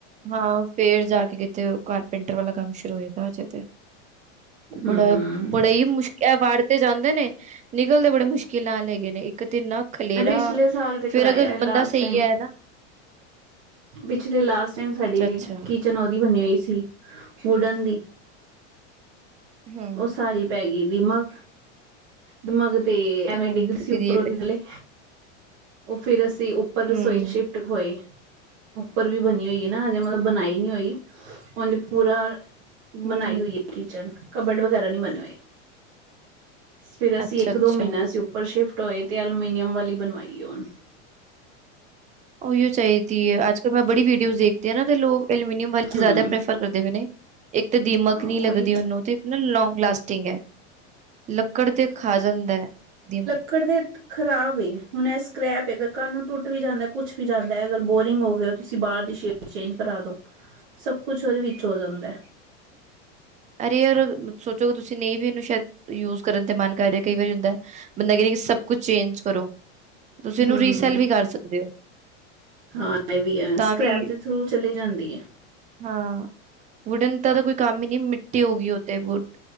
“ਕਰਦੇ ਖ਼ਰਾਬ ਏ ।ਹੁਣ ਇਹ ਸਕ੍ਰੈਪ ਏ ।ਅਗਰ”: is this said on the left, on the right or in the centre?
Right